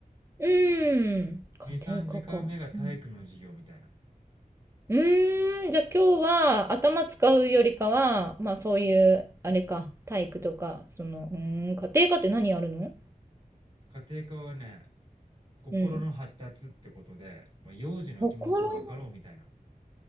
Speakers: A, on the right (about 15°); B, on the right (about 40°).
A: うん。家庭科か。
B: 2、3時間目が体育の授業みたいな。
A: うんうーん、じゃあ今日は頭使うよりかは、まあそういう、あれか、体育とか、その、うーん、家庭科って何やるの
B: 家庭科はね、心の発達ってことで、
A: うん。
B: まあ、幼児の気持ちを分かろうみたいな。
A: 心